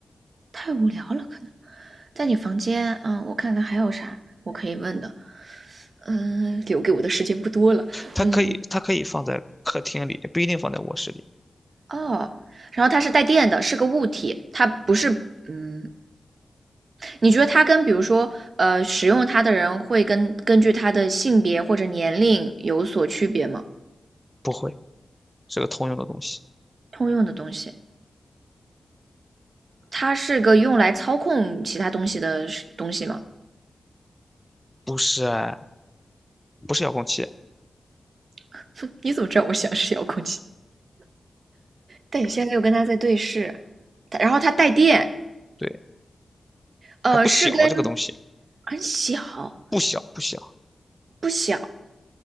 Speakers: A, on the right (about 60°); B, in the centre.
A: 太无聊了，可能在你房间，嗯，我看看还有啥我可以问的，嗯、留给我的时间不多了，
B: 它可以，
A: 嗯。
B: 它可以放在客厅里，也不一定放在卧室里。
A: 哦，然后它是带电的，是个物体，它不是，嗯，你觉得它跟比如说，呃，使用它的人会跟根据它的性别或者年龄有所区别吗？
B: 不会，是个通用的东西。
A: 通用的东西，它是个用来操控其他东西的是东西吗？
B: 不是哎，不是遥控器，
A: <laughs> 哼你怎么知道我想是遥控器？但你现在又跟它在对视，它然后它带电，
B: 对，
A: 呃，
B: 还不小，
A: 是跟
B: 这个东西
A: 很小，
B: 不小不小，
A: 不小。